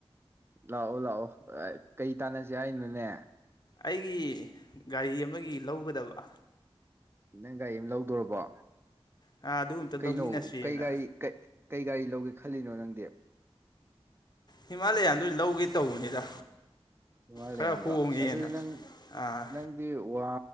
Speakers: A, on the right; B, on the left.
A: ꯂꯥꯛꯑꯣ ꯂꯥꯛꯑꯣ ꯑ ꯀꯩ ꯇꯥꯟꯅꯁꯦ ꯍꯥꯏꯅꯣꯅꯦ
B: ꯑꯩꯒꯤ ꯒꯥꯔꯤ ꯑꯃꯒꯤ ꯂꯧꯒꯗꯕ
A: ꯅꯪ ꯒꯥꯔꯤ ꯑꯃ ꯂꯧꯗꫭꯔꯕꯣ
B: ꯑꯥ ꯑꯗꯨ ꯑꯝꯇ ꯂꯧꯃꯤꯟꯅꯁꯦꯅ
A: ꯀꯩꯅꯣ ꯀꯩ ꯒꯥꯔꯤ ꯀꯩ ꯒꯥꯔꯤ ꯂꯧꯒꯦ ꯈꯜꯂꯤꯅꯣ ꯅꯪꯗꯤ
B: ꯍꯤꯃꯥꯂꯌꯥꯟꯗꫭ ꯑꯣꯏ ꯂꯧꯒꯦ ꯇꯧꯕꯅꯤꯗ
A: ꯍꯤꯃꯥꯂꯦꯌꯥꯟꯗꯣ
B: ꯈꯔ ꯍꯣꯡꯉꯦꯅ
A: ꯑꯁ ꯑꯗꯨꯗꯤ ꯅꯪ
B: ꯑꯥ
A: ꯅꯪꯗꯤ ꯋꯥ